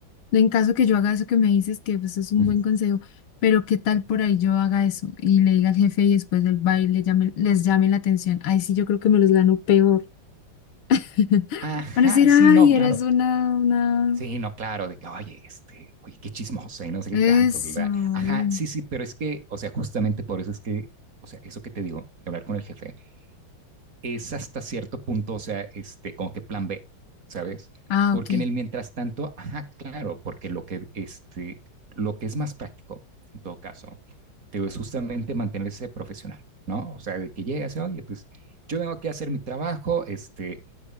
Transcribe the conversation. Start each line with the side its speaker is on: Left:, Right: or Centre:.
Left: En caso que yo haga eso que me dices, que pues es un
Right: Ujú.
Left: buen consejo, pero ¿qué tal por ahí yo haga eso y le diga al jefe y después del baile llame, les llame la atención? Ahí sí yo creo que me los gano peor. <laughs>
Right: Ajá,
Left: Van a decir,
Right: sí,
Left: ay,
Right: no, claro,
Left: eres una, una...
Right: Sí, no, claro, de que, oye, este, oye, qué chismosa y no sé
Left: Eso,
Right: qué tanto, ¿verdad? Ajá,
Left: bien.
Right: sí, sí, pero es que, o sea, justamente por eso es que, o sea, eso que te digo, de hablar con el jefe, es hasta cierto punto, o sea, este, como que plan B, ¿sabes?
Left: Ah,
Right: Porque
Left: ok.
Right: en el mientras tanto, ajá, claro, porque lo que, este, lo que es más práctico, en todo caso, te digo, es justamente mantenerse profesional, ¿no? O sea, de que llegas y, oye, pues, yo vengo aquí a hacer mi trabajo, este,